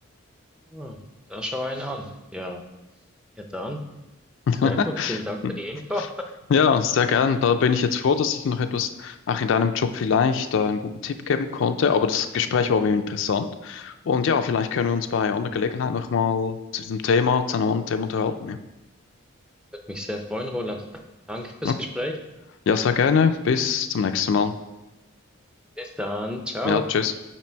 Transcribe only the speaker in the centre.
Ah, da schau einen an. Ja, ja dann.
Sehr gut. Vielen Dank für die Info.
Würde mich sehr freuen, Roland. Danke fürs
Gespräch.
Bis dann. Ciao.